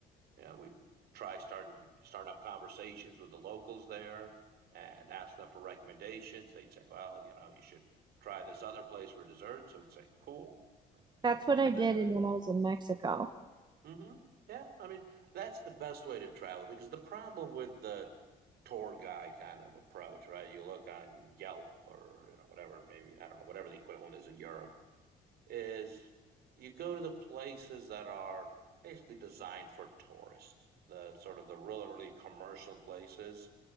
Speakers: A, on the right; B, on the right.
A: yeah, we try starting starting up conversations with the locals there and ask them for recommendations. They'd say, "Well, you know, you should try this other place for dessert." So we'd say, "Cool," and you
B: that's
A: know,
B: what
A: go
B: I
A: there.
B: did, and when I was in Mexico.
A: hmm Yeah, I mean, that's the best way to travel because the problem with the tour guide kind of approach, right? You look on Yelp or you know whatever, maybe I don't know whatever the equivalent is in Europe is you go to the places that are basically designed for tourists, the sort of the really, really commercial places,